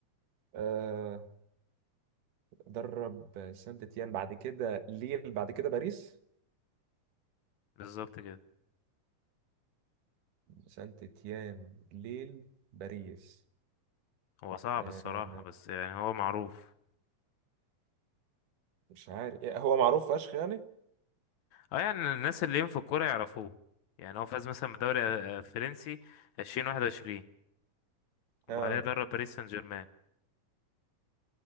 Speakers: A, on the right; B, on the left.
A: آه درب سانت تيان بعد كده ليل بعد كده باريس
B: بالظبط كده
A: سانت تيان ليل باريس
B: هو صعب
A: آه،
B: الصراحة بس يعني هو معروف
A: مش عارف يا- هو معروف فشخ يعني
B: اه يعني الناس اللي ليهم في الكورة يعرفوه يعني هو فاز مثلا بدوري آه، آه، فرنسي عشرين واحد وعشرين وبعدها
A: اه
B: درب باريس سان جيرمان